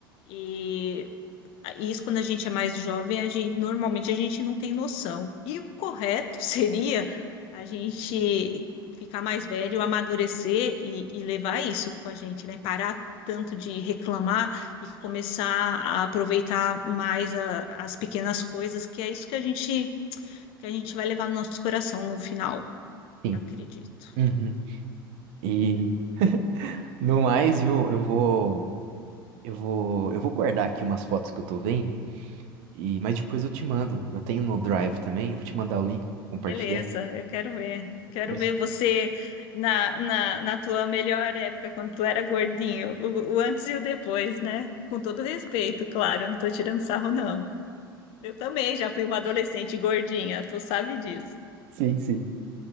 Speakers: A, on the left (about 50°); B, on the right (about 50°).
A: E E Isso quando a gente é mais jovem, a gente, normalmente a gente não tem noção. E o correto <laughs> seria a gente ficar mais velho, amadurecer e, e levar isso com a gente, né? Parar tanto de reclamar e começar a aproveitar mais a- as pequenas coisas, que é isso que a gente, que a gente vai levar no nosso coração no final,
B: Sim.
A: eu acredito.
B: Uhum. E no mais, viu, eu vou, eu vou, eu vou guardar aqui umas fotos que eu tô vendo, e, mas depois eu te mando. Eu tenho no Drive também, eu vou te mandar o link, compartilhar.
A: Beleza, eu quero ver. Quero
B: Mas-
A: ver você na, na, na tua melhor época, quando tu era gordinho, o, o antes e o depois, né? Com todo respeito, claro, não tô tirando sarro, não. Eu também já fui uma adolescente gordinha, tu sabe disso.
B: Sim, sim.